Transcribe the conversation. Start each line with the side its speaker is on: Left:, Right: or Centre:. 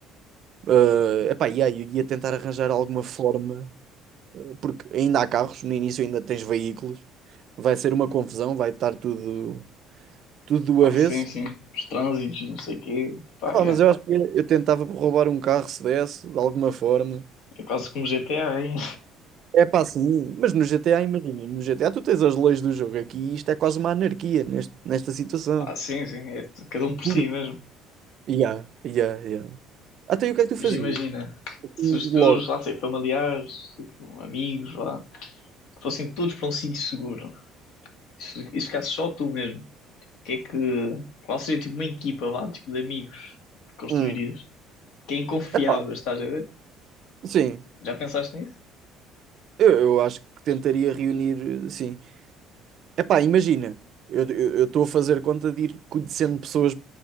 Right: Eh, epá, e aí eu ia tentar arranjar alguma forma, eh, porque ainda há carros, no início ainda tens veículos, vai ser uma confusão, vai estar tudo, tudo do
Left: Ah,
Right: avesso.
Left: sim, sim. Os trânsitos, não sei o quê. Pá,
Right: Ah,
Left: é.
Right: mas eu acho que eu tentava roubar um carro se desse, de alguma forma.
Left: É quase como GTA, hein?
Right: É pá, sim, mas no GTA, imagina, no GTA tu tens as leis do jogo aqui e isto é quase uma anarquia neste, nesta situação.
Left: Ah, sim, sim. É t- cada um por
Right: Porque.
Left: si mesmo.
Right: Ya, ya, ya. Até aí o que é que tu
Left: Mas
Right: fazias?
Left: imagina,
Right: Assim,
Left: se os teus,
Right: Logo.
Left: lá sei, familiares, tipo, amigos, lá, fossem todos para um sítio seguro. Isso, isso ficasse só tu mesmo. que é que. Qual seria tipo uma equipa, vá, tipo de amigos que construirias?
Right: Hum.
Left: Quem confiavas,
Right: Epá,
Left: estás a ver?
Right: sim,
Left: Já pensaste nisso?
Right: eu, eu acho que tentaria reunir, eh, sim. Epá, imagina, eu eu- eu estou a fazer conta de ir conhecendo pessoas